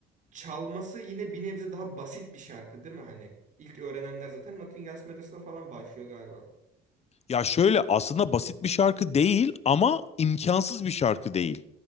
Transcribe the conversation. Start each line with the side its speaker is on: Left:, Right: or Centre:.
Right: çalması yine bir nebze daha basit bir şarkı değil mi hani? İlk öğrenenler zaten Nothing Else Matters'la falan başlıyor galiba.
Left: Ya şöyle aslında basit bir şarkı değil ama imkansız bir şarkı değil.